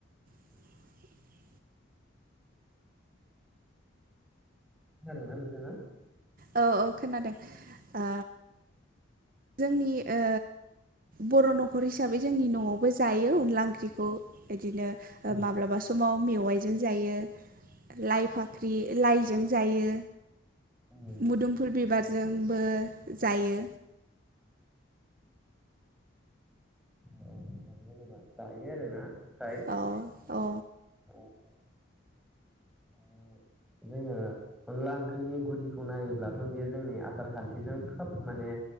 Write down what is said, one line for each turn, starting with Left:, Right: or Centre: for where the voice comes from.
Right: <inaudible>
Centre: खोनादोंना नोंथाङा
Right: औ औ खोनादों आ जोंनि ओ बर' न'खर हिसाबै जोंनि न'आवबो जायो अनला ओंख्रिखौ बिदिनो
Centre: उम
Right: माब्लाबा समाव मेवाइजों जायो लाइ फाख्रि लाइ जों जायो
Centre: उम उम
Right: मुदुमफुल बिबारजोंबो जायो
Centre: औ जेनेबा जायो आरोना फ्राय
Right: औ औ
Centre: <inaudible> औ। जोङो अनला ओंख्रिनि गुदिखौ नायोब्लाथ' बियो जोंनि आसार खान्थिजों खोब माने